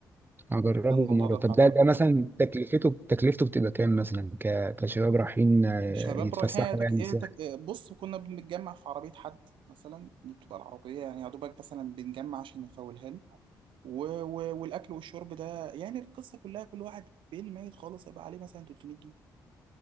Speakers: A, on the right; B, on the right.
A: هجربه
B: كان الموضوع
A: مرة
B: ده
A: طب
B: بتاع
A: ده
B: 3
A: ده مثلا تكلفته تكلفته بتبقى كام مثلا ك... كشباب رايحين آه،
B: شباب
A: يتفسحوا
B: رايحين ايه تك...
A: يعني
B: إيه
A: سياحة
B: تك... إيه بص كنا بنتجمع في عربية حد مثلا دي بتبقى العربية يعني يا دوبك مثلا بنجمع عشان نفولها له و... و... والأكل والشرب ده يعني القصة كلها كل واحد بيل ميت خالص هيبقى عليه مثلا 300 جنيه